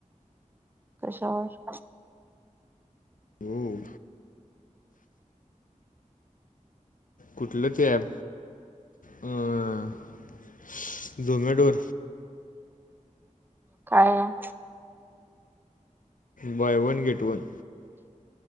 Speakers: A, on the right; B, on the left.
A: कश्यावर?
B: ओम कुठलं ते ॲप? अ अ झोमॅटो
A: काय हाय?
B: Buy one get one.